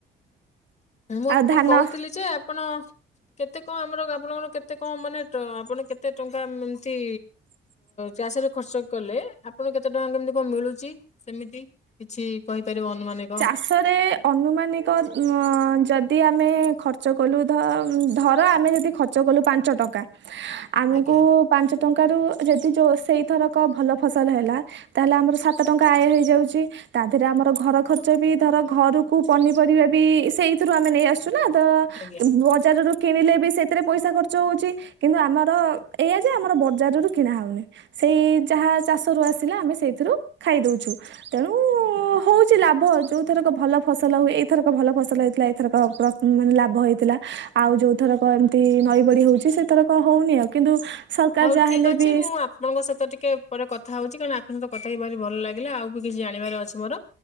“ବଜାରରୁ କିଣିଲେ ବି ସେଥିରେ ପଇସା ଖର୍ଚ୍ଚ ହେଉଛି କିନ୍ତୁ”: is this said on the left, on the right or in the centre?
Right